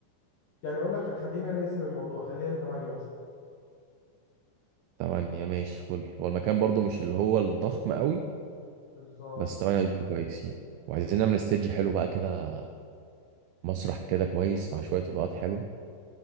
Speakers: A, on the left; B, on the right.
A: يعني اقول لك خ- خلينا نقسم الموضوع خلينا ثمانية مثلا
B: تمانية ماشي فل هو المكان برضو مش اللي هو الضخم قوي
A: بالظبط
B: بس تمانية هيكونوا كويسين وعايزين نعمل استيدج حلو بقى كده مسرح كده كويس مع شوية إضاءات حلوة